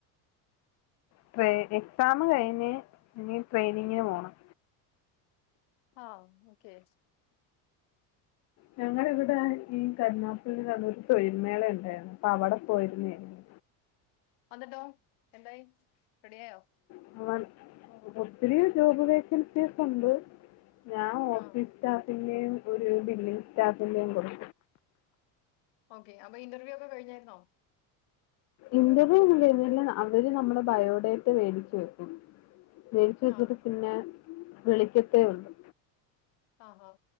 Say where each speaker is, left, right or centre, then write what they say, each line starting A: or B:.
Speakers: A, on the left; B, on the left.
A: ട്രയി എക്സാം കഴിഞ്ഞ ഇനി ട്രയിനിംഗിന് പോണം
B: ആ ഓക്കെ
A: ഞങ്ങടെയിവിടെ ഈ കരുനാഗപ്പള്ളിലവടെ ഒരു തൊഴിൽമേള ഉണ്ടായിരുന്നു. അപ്പോ അവടെ പോയിരുന്നതായിരുന്ന്.
B: എന്നിട്ടോ എന്തായി? റെഡിയായോ?
A: <unintelligible> ഒത്തിരി ജോബ് വേക്കൻസീസ് ഉണ്ട്. ഞാൻ ഓഫീസ്
B: ആ
A: സ്റ്റാ പിന്നെയും ഒരു ബില്ലിങ് സ്റ്റാഫ്ന്റേം കൂടെ
B: ഓക്കെ അപ്പ ഇന്റർവ്യൂയോ? ക്കെ കഴിഞ്ഞാരുന്നോ?
A: ഇന്റർവ്യൂ ഒന്നും കഴിഞ്ഞില്ല. അവര് നമ്മടെ ബയോഡേറ്റ വേടിച്ചു വയ്ക്കും. മേടിച്ച് വച്ചിട്ട്‌
B: ആഹ്
A: പിന്നെ വിളിക്കത്തേ ഒള്ളു.
B: ഓ ഓ